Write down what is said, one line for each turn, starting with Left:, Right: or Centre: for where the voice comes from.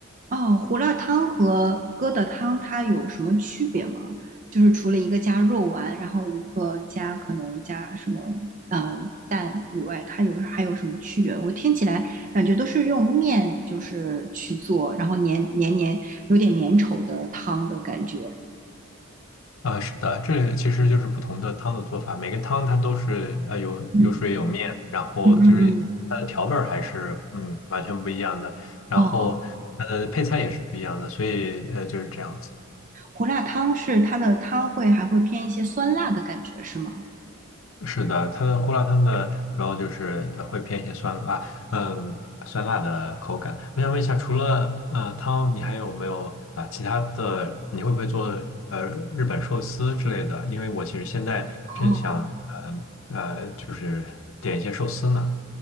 Right: 哦，胡辣汤和疙瘩汤它有什么区别吗？就是除了一个加肉丸，然后一个加可能加什么呃蛋以外，它有还有什么区别？我听起来感觉都是用面就是去做，然后黏黏黏有点粘稠的汤的感觉。
Left: 啊，是的，这其实就是不同的汤的做法，每个汤它都是呃有有水有面，
Right: 嗯
Left: 然后就是它的调味儿还是嗯完全不一样的，
Right: 嗯嗯嗯。
Left: 然后它的配菜也是不一样的，
Right: 哦，
Left: 所以呃就是这样子。
Right: 胡辣汤是它的汤会还会偏一些酸辣的感觉是吗？
Left: 是的，它的胡辣汤的主要就是呃会偏一些酸辣，嗯，酸辣的口感。我想问一下，除了呃汤，你还有没有啊、其他的？你会不会做呃日本寿司之类的？因为我其实现在正想
Right: 哦。
Left: 呃呃就是点一些寿司呢。